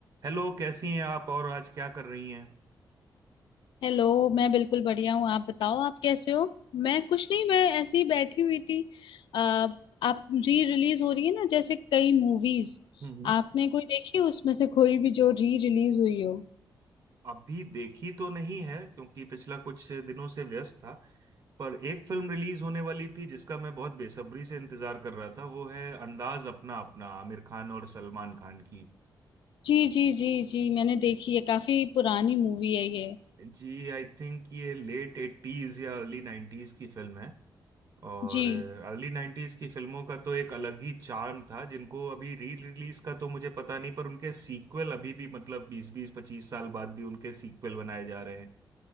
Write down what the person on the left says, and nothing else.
हेलो मैं बिल्कुल बढ़िया हूँ आप बताओ आप कैसे हो मैं कुछ नहीं मैं ऐसे ही बैठी हुई थी आ, आप री रिलीज हो रही है ना जैसे कई मूवीज
आपने कोई देखी है उसमें से कोई भी जो री रिलीज हुई हो
जी जी जी जी मैंने देखी है काफी पुरानी मूवी है ये
जी